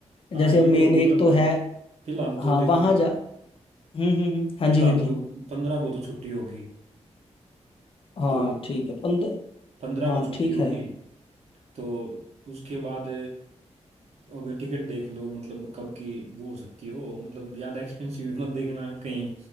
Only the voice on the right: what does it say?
हाँ
ये
तो मतलब
फिलहाल
तो देखो
फिलहाल
तो पंद्रह को तो छुट्टी होगी
तो
पंद्रह
को छुट्टी
होगी
तो उसके बाद अब टिकट देख लो मतलब कब की वो हो सकती हो मतलब ज़्यादा एक्सपेंसिव मत देखना कहीं